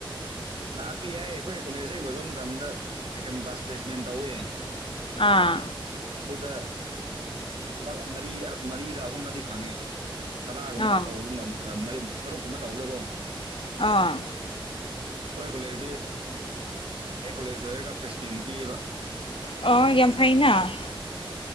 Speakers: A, on the right (about 70°); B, on the left (about 70°).
A: ꯂꯥꯛꯄ ꯌꯥꯏ ꯑꯩꯈꯣꯏ ꯀꯣꯂꯦꯖ ꯍꯦꯛ ꯂꯣꯏꯕ ꯃꯇꯝꯗ ꯀꯩ ꯀꯩ ꯕꯁ ꯄ꯭ꯂꯦꯁꯃꯦꯟ ꯇꯧꯋꯦ
B: ꯑꯥ
A: ꯑꯗꯨꯗ ꯊꯕꯛ ꯃꯔꯤ ꯃꯔꯤꯔꯥ ꯑꯍꯨꯝꯅꯗꯤ ꯐꯪꯉꯦ ꯇꯔꯥꯒꯨꯝꯕ
B: ꯑꯥ
A: ꯇꯧꯕꯗꯨ ꯃꯔꯤ ꯇꯔꯨꯛꯀꯨꯝꯕ ꯇꯧꯕꯗꯀꯣ
B: ꯑꯥ
A: ꯑꯩꯈꯣꯏ ꯀꯣꯂꯦꯖꯁꯤ ꯍꯦꯛ ꯀꯣꯂꯦꯖ ꯂꯣꯏꯔꯒ ꯄ꯭ꯂꯦꯁꯃꯦꯟ ꯄꯤꯌꯦꯕ
B: ꯑ ꯌꯥꯝ ꯐꯩꯅ